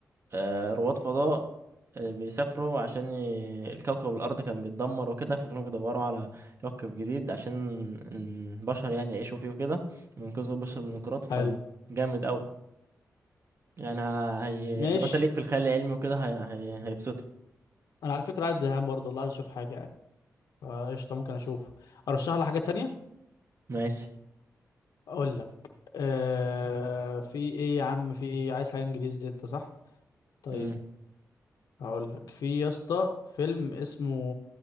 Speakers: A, on the right; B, on the left.
A: آه، رواد فضاء آه، بيسافروا عشان ي... الكوكب الأرض كان بيتدمر وكده فكانوا بيدوروا على كوكب جديد عشان البشر يعني يعيشوا فيه وكده وينقذوا البشر من الانقراض فجامد
B: حلو
A: أوي يعني هي...
B: ماشي
A: لو أنت ليك في الخيال العلمي وكده هي... هي... هيبسطك
B: انا على فكره قاعد زهقان برضه والله عايز اشوف حاجه يعني فقشطه ممكن اشوف ارشح لك حاجه تانية
A: ماشي
B: اقول لك آه في ايه يا عم في ايه عايز حاجه انجليزي انت صح طيب
A: مم.
B: هقول لك في يا اسطى فيلم اسمه